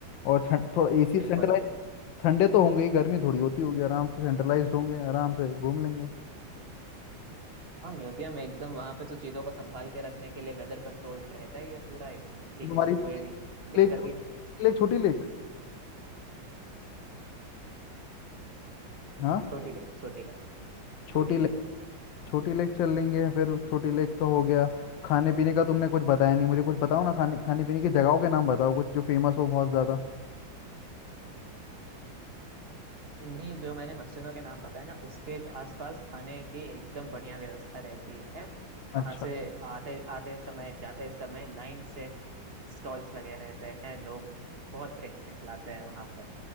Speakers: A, on the left; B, on the right.
A: और ठंड थोड़ा एसी
B: बिल्कुल
A: सेंट्रलाइज ठंडे तो होंगे ही गर्मी थोड़ी होती होगी आराम से सेंट्रलाइज्ड होंगे आराम से घूम लेंगे
B: हाँ म्यूजियम एकदम वहाँ पे तो चीजों को संभाल के रखने के लिए वेदर कंट्रोल रहता ही है पूरा एक- इसी
A: तो
B: की
A: तुम्हारी
B: तो कोई दिक्कत
A: लेक तो
B: ही नहीं
A: लेक छोटी लेक हाँ
B: छोटी ले छोटी लेक
A: छोटी
B: छोटी
A: लेक
B: लेक
A: छोटी लेक चल लेंगे फिर छोटी लेक का हो गया खाने पीने का तुमने कुछ बताया नहीं मुझे कुछ बताओ ना खाने खाने पीने की जगहों के नाम बताओ कुछ जो फेमस हो बहुत ज़्यादा
B: नहीं जो मैंने मस्जिदों के नाम बताया ना उसके आसपास खाने की एकदम बढ़िया व्यवस्था रहती है वहां
A: अच्छा
B: से आते आते समय जाते समय लाइन से स्टॉल्स लगे रहते हैं लोग बहुत प्रेम से खिलाते हैं वहां पर